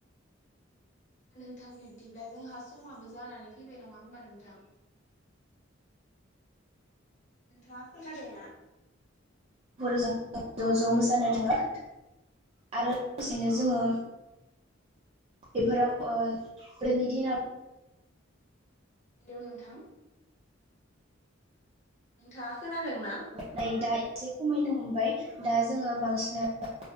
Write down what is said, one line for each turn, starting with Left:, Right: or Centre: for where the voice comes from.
Left: नोंथां बिब्दिब्ला जोंहा समाबो जानानै फैबाय नङा होमबा नोंथां। नोंथाङा खोनादोंना
Right: फोरजों ज' ज' मोसानो थाङो आरो लोगोसेनो जोङो बेफोराव ओ गोदोनि दिनाव
Left: हेल' नोंथां। नोंथाङा खोनादों ना
Right: न दा एसे खमायनो हमबाय दा जोङो बांसिनानो